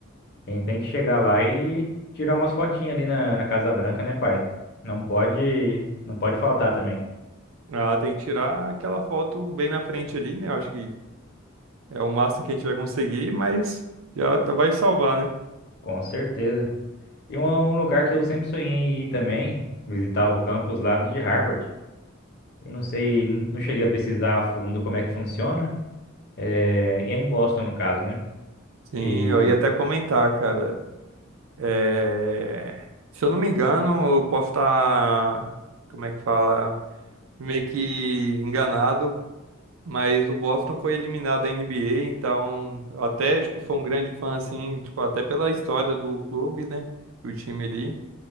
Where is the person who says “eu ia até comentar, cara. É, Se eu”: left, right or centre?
Right